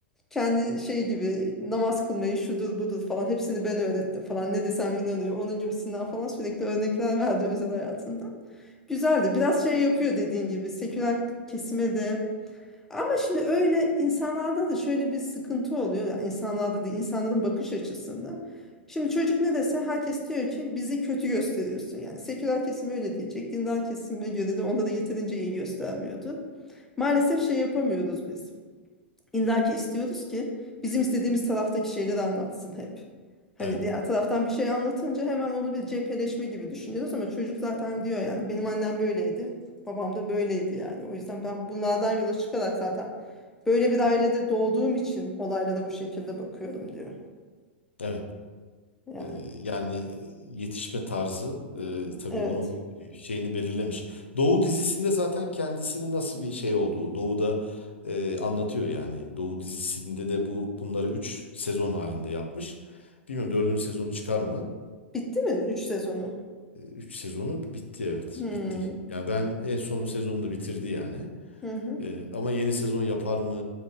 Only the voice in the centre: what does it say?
kendi şey gibi namaz kılmayı şudur budur falan hepsini ben öğrettim falan ne desem inanıyor onun gibisinden falan sürekli örnekler verdi özel hayatında. Güzeldi biraz şey yapıyor dediğin gibi seküler kesime de ama şimdi öyle insanlarda da şöyle bir sıkıntı oluyor yani insanlarda değil insanların bakış açısında. Şimdi çocuk ne dese herkes diyor ki bizi kötü gösteriyorsun yani seküler kesim öyle diyecek dindar kesime göre de onda da yeterince iyi göstermiyordu. Maalesef şey yapamıyoruz biz. İlla ki istiyoruz ki bizim istediğimiz taraftaki şeyleri anlatsın hep. Hani
diğer taraftan bir şey anlatınca hemen onu bir cepheleşme gibi düşünüyoruz ama çocuk zaten diyor yani benim annem böyleydi, babam da böyleydi yani. O yüzden ben bunlardan yola çıkarak zaten böyle bir ailede doğduğum için olaylara bu şekilde bakıyorum diyor.
Yani
evet.
Bitti mi 3 sezonu?
Hmm.
Hı hı.